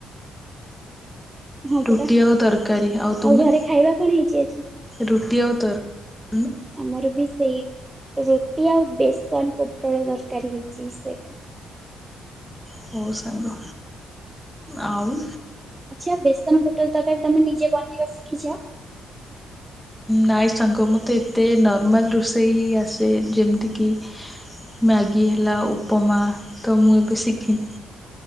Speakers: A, on the right; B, in the centre.
A: ହଁ
B: ରୁଟି
A: ପରା।
B: ଆଉ ତରକାରୀ ଆଉ ତୁମେ?
A: ଘରେ ଖାଇବା କଣ ହେଇଛି ଆଜି?
B: ରୁଟି ଆଉ ତରକାର
A: ଆମର ବି ସେଇ ରୁଟି ଆଉ ବେସନ ପୋଟଳ ତରକାରି ହେଇଛି ସେଟା।
B: ହଉ ସାଙ୍ଗ। ଆଉ
A: ଆଚ୍ଛା ବେସନ ପୋଟଳ ତରକାରି ତମେ ନିଜେ ବନେଇବା ଶିଖିଛ?
B: ନାଇଁ ସାଙ୍ଗ ମୋତେ ଏତେ ନର୍ମାଲ ରୋଷେଇ ଆସେ ଯେମିତିକି ମ୍ୟାଗି ହେଲା ଉପମା ତ ମୁଁ ଏବେ ଶିଖିନି।